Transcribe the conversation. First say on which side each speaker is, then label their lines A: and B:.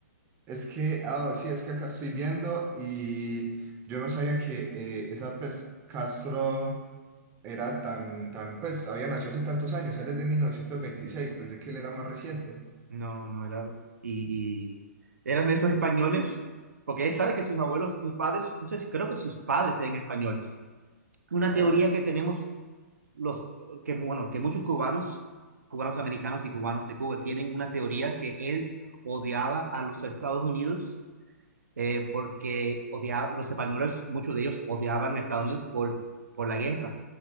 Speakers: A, on the right (about 20°); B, on the right (about 75°).
A: es que, ah, sí, es que acá estoy viendo y yo no sabía que eh, esa, pues, Castro era tan, tan, pues, había nacido hace tantos años, él es de mil novecientos veintiséis pensé que él era más reciente.
B: No, no era. Y, y eran de esos españoles, porque él sabe que sus abuelos, sus padres, no sé si creo que sus padres eran españoles. Una
A: Oh.
B: teoría que tenemos los que bueno, que muchos cubanos, cubanos americanos y cubanos de Cuba tienen una teoría que él odiaba a los Estados Unidos eh, porque odiaba, los españoles, muchos de ellos odiaban a Estados Unidos por, por la guerra,